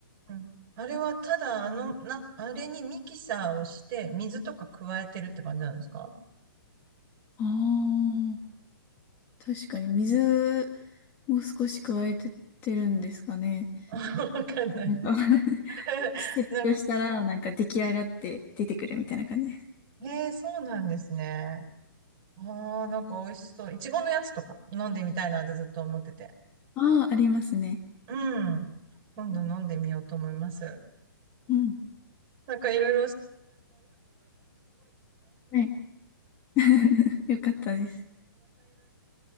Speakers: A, on the right; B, on the left.
A: うん。あれはただ、あの、な、あれにミキサーをして、水とか加えてるって感じなんですか
B: ああ。確かに水も少し加えてってるんですかね。
A: <laughs> わかんないです。
B: なんか <laughs>
A: <laughs>
B: 季節としたら、
A: な、
B: なんか出来上がって出てくるみたいな感じです。
A: へえー、そうなんですね。ああ、なんか美味しそう。いちごのやつとか飲んでみたいなってずっと思ってて。
B: ああ、ありますね。
A: うん。今度飲んでみようと思います。
B: うん。
A: なんかいろい
B: はい。<laughs> よかったです。